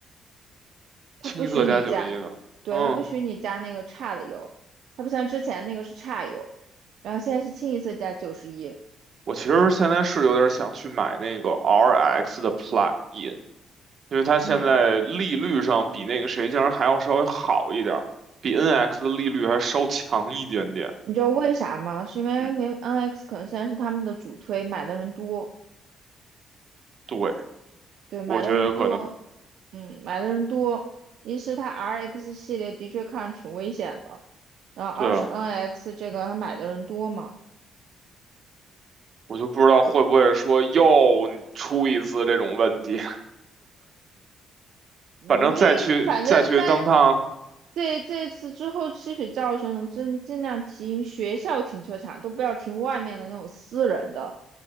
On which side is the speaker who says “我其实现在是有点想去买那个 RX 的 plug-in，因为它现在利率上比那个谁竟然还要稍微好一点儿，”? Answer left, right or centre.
Right